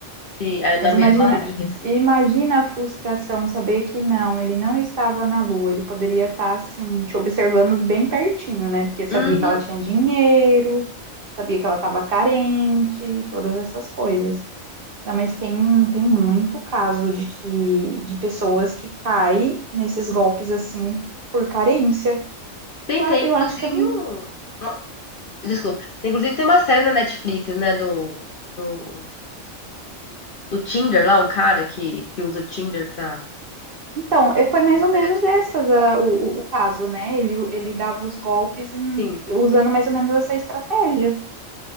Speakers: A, on the left; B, on the right.
A: se é na
B: Mas
A: mesma
B: imagina,
A: linha, assim.
B: imagina a frustração saber que não, ele não estava na Lua, ele poderia estar assim, te observando de bem pertinho, né? Porque sabia
A: Uhum.
B: que ela tinha dinheiro, sabia que ela estava carente, todas essas coisas. Não, mas tem, tem muito caso de que de pessoas que caem nesses golpes assim por carência.
A: Sim,
B: Eu, a-
A: tem
B: eu
A: inclusive
B: acho que é,
A: um. uma- desculpa. Inclusive tem uma série na Netflix, né? Do, do, do Tinder lá, um cara que, que usa o Tinder pra,
B: Então, eh, foi mais
A: pra
B: ou
A: pegar.
B: menos essas a- o, o- o caso, né? Ele, ele dava os golpes hum,
A: Sim.
B: usando mais ou menos essa estratégia.